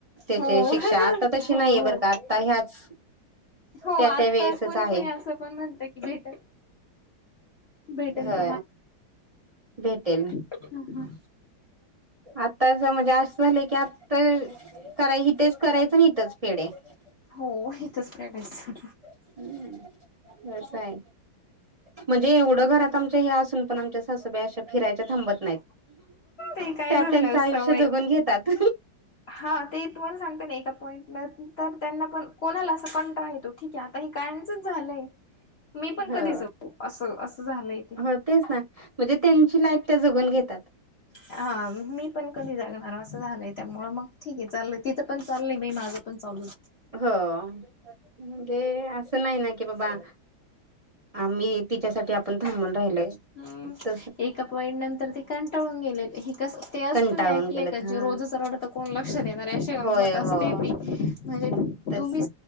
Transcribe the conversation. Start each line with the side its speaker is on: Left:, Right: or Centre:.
Right: त्याचे
Left: हो
Right: शिक्षा
Left: हो
Right: आता तशी
Left: हो
Right: नाहीये बरं का आता ह्याच.
Left: हो
Right: त्या
Left: आता
Right: त्या वेळेसच
Left: कोणी
Right: आहे
Left: कोणी असं पण म्हणत की भेटल. भेटेल
Right: हा भेटेल.
Left: हा, हा.
Right: आता म्हणजे असं झालंय की आतंर. करायच इथेच करायचं इथेच फेडायचं.
Left: हो इथचं, फेडायचं.
Right: हं, बस आहे म्हणजे एवढं घरात आमच्या ह्या असून पण आमच्या सासूबाई अशा फिरायच्या थांबत नाहीत.
Left: ते काय
Right: त्या
Left: झालेलं
Right: त्यांचं आयुष्य
Left: सवय
Right: जगून घेतात.
Left: हा ते, तुम्हाला सांगते ना, एका पॉईंट मिळाला, तर त्यांना पण कोणाला अस पण काय, ते ठीक आहे आता हे, कायमचचं, झालंय मी पण
Right: हो
Left: कधी जपू अस असं झालं इथे.
Right: हो तेच ना म्हणजे त्यांची लाईफ त्या जगून घेतात.
Left: हा मी पण कधी जागणार असं झालंय त्यामुळं, मग ठीक आहे चालय तिथं पण चाललंय मी माझं पण चालूय.
Right: हो म्हणजे असं नाही ना कि बाबा. आम्ही तिच्यासाठी आपण थांबून राहिलय,
Left: हम्म
Right: त.
Left: एका, पॉईट नंतर ते कंटाळून गेले हे कस ते असतं
Right: कंटाळून
Left: तेमी ऐकलंय
Right: गेलेत
Left: का
Right: हा
Left: ते रोज. कोण लक्ष देणारअशी गंमत
Right: होय
Left: असते
Right: हो
Left: ती म्हणजे
Right: तस
Left: तुम्ही,